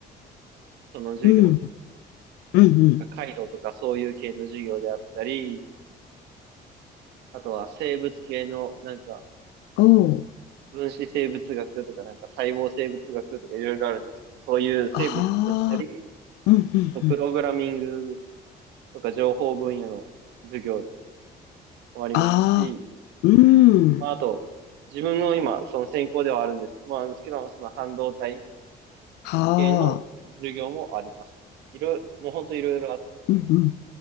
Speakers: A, on the right (about 85°); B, on the left (about 85°).
A: その授業、
B: うん。うん
A: なんか回路とかそういう系の授業であったり、あとは生物系の、なんか、
B: うん。おお。
A: 分子生物学とか、なんか細胞生物学とかいろいろあるんですけど、そういう生物だったり、
B: ああ。うんうんうん。
A: あとプログラミングとか情報分野の授業もありますし、
B: ああ。うん。
A: まあ、あと、自分の今、その専攻ではあるんです。まあ、なんですけど、その半導体
B: は
A: 系の授業もあります。いろいろ、もう本当いろいろあって。
B: うんうん。